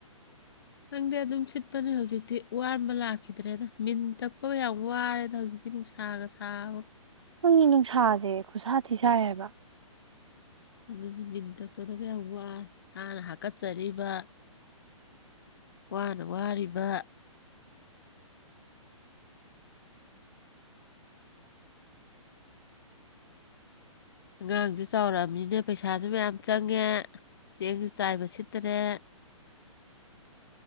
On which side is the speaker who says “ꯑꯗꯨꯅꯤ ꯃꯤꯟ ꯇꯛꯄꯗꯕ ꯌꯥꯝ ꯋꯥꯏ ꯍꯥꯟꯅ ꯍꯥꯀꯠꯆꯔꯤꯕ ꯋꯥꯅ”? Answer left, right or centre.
Left